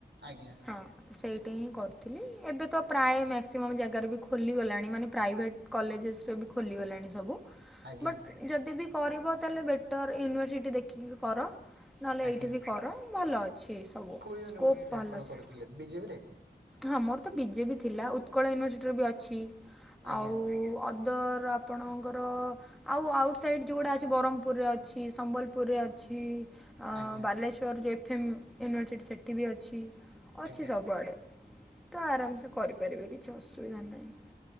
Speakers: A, on the right; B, in the centre.
A: ଆଜ୍ଞା
B: ହଁ। ସେଇଠି ହିଁ କରିଥିଲି ଏବେ ତ ପ୍ରାୟ ମ୍ୟାକ୍ସିମମ୍ ଜାଗାରୁ ବି ଖୋଲିଗଲାଣି ମାନେ ପ୍ରାଇଭେଟ୍ କଲେଜେସ୍ରେ ବି ଖୋଲିଗଲାଣି ସବୁ।
A: ଆଜ୍ଞା
B: ବଟ୍ ଯଦି ବି କରିବ ତାହେଲେ ବେଟର୍ ୟୁନିଭର୍ସିଟି ଦେଖିକି କର। ନହେଲେ
A: ଆଜ୍ଞା।
B: ଏଇଠି ବି କର ଭଲ ଅଛି ସବୁ
A: କୋଉ ୟୁନିଭର୍ସିଟିରେ
B: ସ୍କୋପ୍ ଭଲ
A: ଆପଣ
B: ଅଛି।
A: କରୁଥିଲେ ବିଜେପିରେ
B: ହଁ ମୋର ତ ବିଜେ ବି ଥିଲା ଉତ୍କଳ ୟୁନିଭର୍ସିଟିର ବି ଅଛି
A: ଆଜ୍ଞା
B: ଆଉ ଅଦର ଆପଣଙ୍କର ଆଉ ଆଉଟ୍ସାଇଡ଼୍ ଜୋଉଡ଼ା ଅଛି ବ୍ରହ୍ମପୁରରେ ଅଛି ସମ୍ବଲପୁରରେ ଅଛି।
A: ଆଜ୍ଞା
B: ବାଲେଶ୍ଵରରେ ଏଫ୍ ଏମ୍ ୟୁନିଭର୍ସିଟି ସେଠି ବି ଅଛି। ଅଛି
A: ଆଜ୍ଞା।
B: ସବୁଆଡ଼େ ତ ଆରାମ୍ ସେ କରିପାରିବେ କିଛି ଅସୁବିଧା ନାହିଁ।